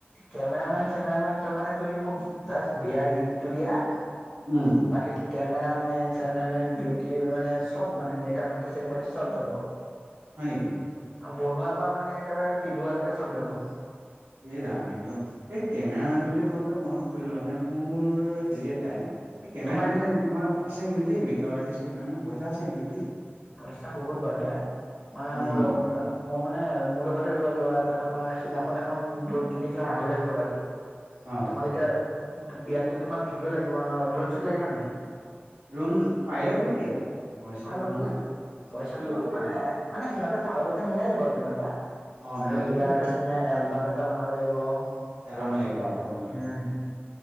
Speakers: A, in the centre; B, on the right.
A: কেমেৰামেন-চেমেৰামেন, মানে তুমি মোক জাজ বিয়াৰ লিডটো দিয়া
B: উম।
A: বাকী কেমেৰামেন-চেমেৰামেন, বিউটি মানে চব মানে, মেকআপ আৰ্টিষ্ট-চেকাব আটিষ্ট চব যাব। <inaudible>
B: হয় নেকি!
A: বনোৱাৰ পৰা মানে, একেবাৰে পিন্ধুৱালৈকে চব যাব।
B: এ ৰাম, একদম, এই কেমেৰামেন বুলি কওঁতে মনত পৰিল, মানে মোৰ হেৰি এটাই এই কেমেৰাত
A: তোমাৰ এইটো
B: কিন্তু
A: যে
B: তোমাৰ আছে কিন্তু দেই, মেকআপ আৰ্টিষ্ট, কেমেৰা মেনৰ পইচা আছে কিন্তু দেই।
A: পইচা বহুত বাৰুতে, মানে
B: উম।
A: মোৰ লগৰ ল'ৰা মই মানে মোৰ লগতে যোৱা ল'ৰা এটা, তোমাৰ, সিদিনাখন এখন ড্ৰোন কিনিছে, আঢ়হি লাখ টকা দি। <inaudible>
B: অঁ।
A: তোমাক এতিয়া, বিয়াতো তোমাৰ ভিডিঅ' লাগিব ন, ড্ৰন-শুন লাগিব নে নাই।
B: ড্ৰোন পাৰিলে কৰি দিয়া, পইচা
A: অ
B: কথা
A: ড্ৰ-
B: নাই। খৰচ
A: পইচাটো
B: কৰিব না
A: মানে,
B: মানুহ।
A: মানে সিহঁতে তাৰ লগতে মিলাই ল'ব আৰু কিবা এটা।
B: অ মিলাই
A: আৰু বিয়াৰটো
B: ললেই হ'ল
A: ধুনীয়া এলবাম এটা বনাব লাগিব,
B: এলবাম
A: তাৰ পিছতে
B: লাগিব অ
A: আকৌ,
B: এলবাম
A: উম